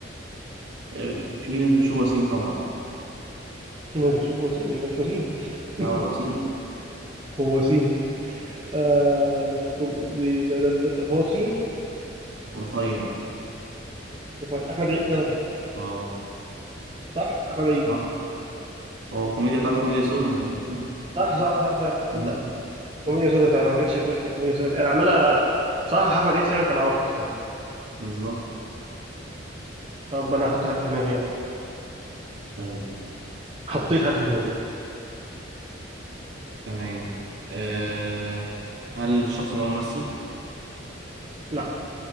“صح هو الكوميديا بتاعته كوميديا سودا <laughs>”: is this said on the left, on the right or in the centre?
Right